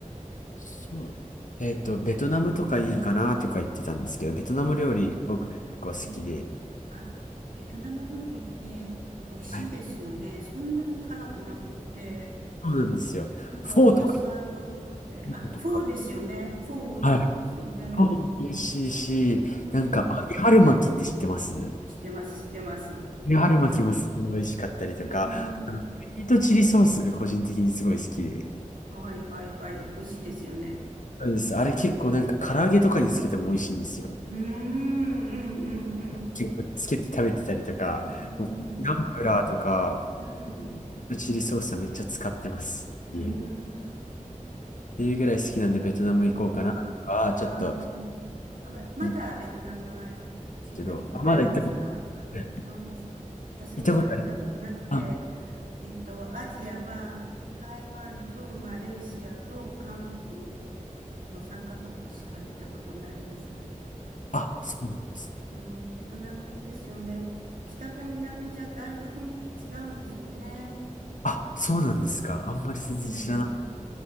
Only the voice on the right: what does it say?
ええ、ええ。あ、ベトナム料理って美味しいですよね。
そんなに辛くなくって。
なんか野菜が多くて。
あ、フォーですよね。フォー美味しいですよね。
うん。
知ってます、知ってます。
はい。うん。
はい、はい、はい。美味しいですよね。
うーん、うん、うん、うん。
うーん、
うん、
うーん。
うん。
あーあ、べまだベトナムは
行ったことないんですかあ、
そうですか。私もまだ行ったことなくて、
えっと、アジアは台湾とマレーシアと韓国の3カ国しか行ったことないです。はい。
うん、ベトナムいいですよね。北と南じゃだいぶ雰囲気違うんですよね。
うん